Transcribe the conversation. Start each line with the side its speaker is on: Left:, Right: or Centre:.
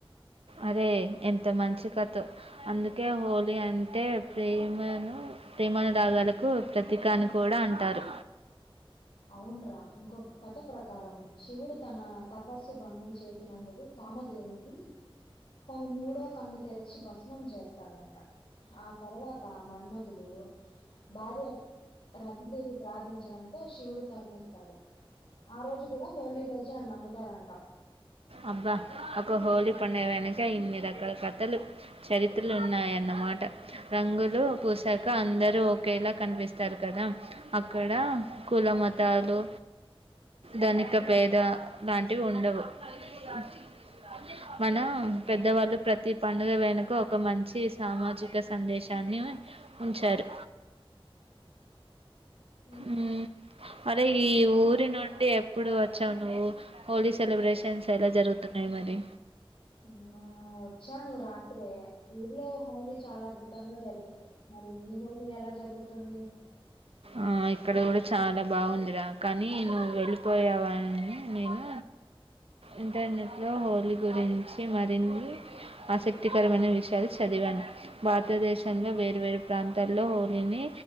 Right: అరే ఎంత మంచి కథో, అందుకే హోలీ అంటే ప్రేమను. ప్రేమానురాగాలకు ప్రతీకా అని కూడా అంటారు.
Left: అవున్రా ఇంకొక కథ ప్రకారం శివుడు తన తపస్సు భంగం చేసినందుకు. కామదేవున్ని తన మూడో కన్ను తెరిచి భస్మం చేస్తాడంట. ఆ తర్వాత మన్మధుడు. భార్య రతిదేవి ప్రార్థించడంతో. శివుడు కర్ణిస్తాడు ఆ రోజు కూడా హోలీ రోజే అని నమ్ముతారంట.
Right: అబ్బా ఒక హోలీ పండగ వెనక ఇన్ని రకాల కథలు. చరిత్రలు ఉన్నాయన్నమాట. రంగులు పూశాక అందరూ ఒకేలా కనిపిస్తారు కదా. అక్కడ కుల మతాలు. ధనిక పేద లాంటివి ఉండవు. గాజి మనం పెద్దవాళ్ళు ప్రతి పండుగ వెనుక ఒక మంచి సామాజిక. సందేశాన్ని ఉంచారు.
Left: ఉ
Right: ఉ అరే ఈ ఊరి నుండి ఎప్పుడు వచ్చావు నువ్వు. హోలీ సెలబ్రేషన్స్ ఎలా జరుగుతున్నాయి మరి.
Left: నిన్న వచ్చాను రాత్రే ఊర్లో హోలీ చాలా అద్భుతంగా జరిగింది. మరి మీ హోలీ ఎలా జరుగుతుంది.
Right: ఆ ఇక్కడ కూడా చాలా బాగుందిరా కానీ నువ్వు వెళ్ళిపోయావని నేను. ఇంటర్నెట్ లో హోలీ గురించి మరిన్ని. ఆసక్తికరమైన విషయాలు చదివాను. భారతదేశంలో వేరు వేరు ప్రాంతాల్లో హోలీని